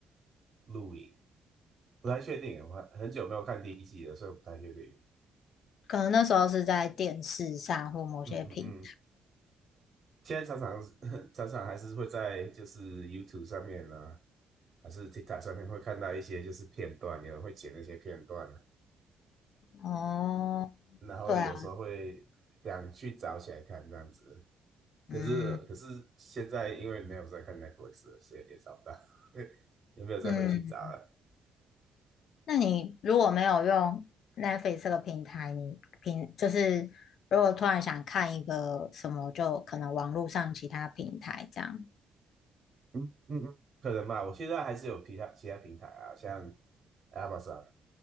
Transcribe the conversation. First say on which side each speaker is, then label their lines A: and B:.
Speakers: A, on the right; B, on the left.
A: 录影，不太确定，我还很久没有看第一季了，所以我不太确定。
B: 可能那时候是在电视上或某些平
A: 嗯嗯嗯，现在常常 <laughs> 常常还是会在就是 YouTube 上面啊，还是 TikTok 上面会看到一些就是片段，有人会剪那些片段，
B: 哦，
A: 然后有时候会想去找起来看这样子。
B: 对啊，
A: 可是可是现在因为没有在看
B: 嗯
A: Netflix 了所以也找不到，<laughs> 也没有再回去找了。
B: 嗯，那你如果没有用 Netflix 这个平台，你平就是如果突然想看一个什么，就可能网络上其他平台这样。
A: 嗯嗯嗯，可能吧，我现在还是有其他其他平台啊，像 Amazon，